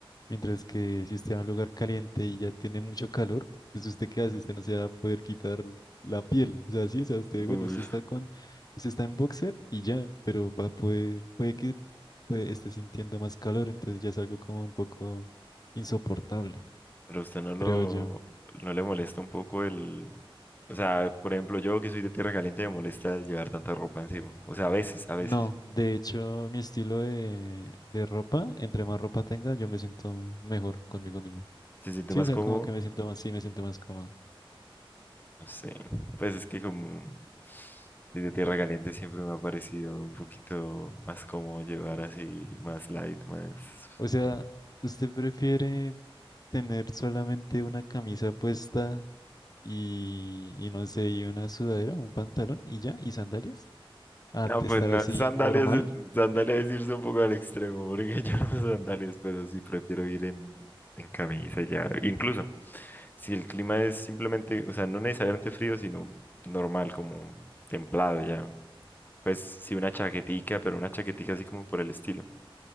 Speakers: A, on the left; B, on the left.
A: Mientras que si usted va a un lugar caliente y ya tiene mucho calor, pues usted qué hace, usted no se va a poder quitar la piel. O sea, sí, o sea, usted,
B: Uy,
A: bueno, usted está con, usted está en boxer y ya, pero va, puede, puede que pues, esté sintiendo más calor, entonces ya es algo como un poco insoportable,
B: pero usted no lo,
A: creo yo.
B: no le molesta un poco el... O sea, por ejemplo, yo que soy de tierra caliente me molesta el llevar tanta ropa encima. O sea, a veces, a veces.
A: No, de hecho, mi estilo de, de ropa, entre más ropa tenga, yo me siento mejor conmigo mismo.
B: Se siente
A: Sí,
B: más
A: o sea,
B: cómodo,
A: como que me siento más, sí, me siento más cómodo.
B: no sé. Pues es que como soy de tierra caliente siempre me ha parecido un poquito más cómodo llevar así, más light, más...
A: O sea,
B: ¿no?
A: ¿usted prefiere tener solamente una camisa puesta y, y no sé, y una sudadera, un pantalón y ya, y sandalias? A
B: No,
A: te-
B: pues
A: estar
B: no,
A: así
B: sandalias,
A: formal.
B: es- sandalias es irse un poco al extremo, porque <laughs> yo no uso sandalias, pero sí prefiero ir en, en camisa ya. Incluso si el clima es simplemente, o sea, no necesariamente frío, sino normal, como templado ya. Pues sí una chaquetica, pero una chaquetica así como por el estilo.